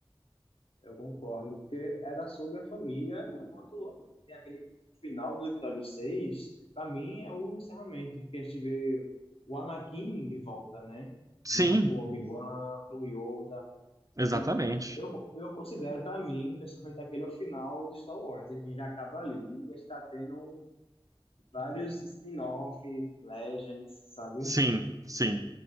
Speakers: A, on the left (about 80°); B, on the right (about 35°).
A: Eu concordo, porque era sobre a família. Quando tem aquele final do episódio 6 para mim é o encerramento, porque a gente vê o Anakin de volta, né?
B: Sim,
A: Junto com o Obi-Wan, com o Yoda.
B: exatamente.
A: Pra mim, eu, eu considero, para mim, pessoalmente, aquele é o final de Star Wars. Ele ele acaba ali e a gente tá tendo vários spin-off, Legends, sabe?
B: Sim, sim.